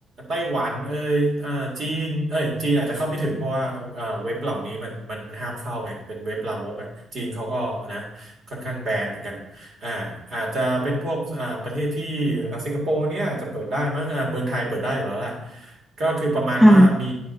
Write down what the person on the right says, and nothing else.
ไต้หวันเอ่ยอ่าจีนเอ้ยจีนอาจจะเข้าไม่ถึงเพราะว่าเอ่อเว็บเหล่านี้มันมันห้ามเข้าไงเป็นเว็บลามกอ่ะจีนเขาก็นะค่อนข้างแบนเหมือนกัน อ่าอาจจะเป็นพวกอ่าประเทศที่อ่าสิงคโปร์เนี่ยอาจจะเปิดได้มั้งอ่าเมืองไทยเปิดได้อยู่แล้วแหละก็คือประมาณว่ามี